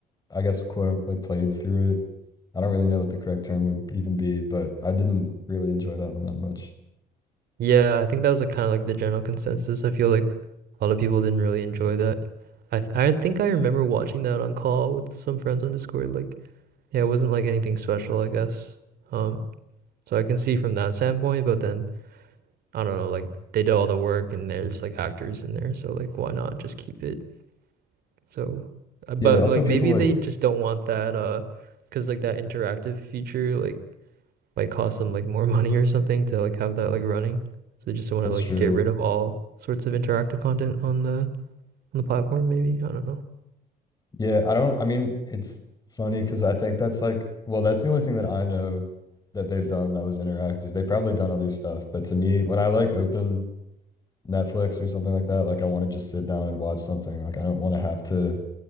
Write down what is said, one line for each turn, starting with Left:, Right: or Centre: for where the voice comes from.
Left: I guess quote unquote, like played through it. I don't really know what the correct term would even be, but I didn't really enjoy that one that much.
Right: Yeah, I think that was like kind of like the general consensus. I feel like a lot of people didn't really enjoy that. I th I think I remember watching that on call with some friends on Discord. Like, yeah, it wasn't like anything special, I guess. Um, so I can see from that standpoint, but then I don't know, like they did all the work and there's like actors in there, so like why not just keep it So, uh, but
Left: Yeah, also
Right: like
Left: people
Right: maybe
Left: like
Right: they just don't want that uh, cause like that interactive feature like might cost them like more <laughs> money or something to like have that like running. So they just want
Left: that's
Right: to like
Left: true.
Right: get rid of all sorts of interactive content on the on the platform maybe. I don't know.
Left: Yeah, I don't I mean it's funny because I think that's like well, that's the only thing that I know that they've done that was interactive. They've probably done other stuff, but to me, when I like open Netflix or something like that, like I want to just sit down and watch something. Like I don't want to have to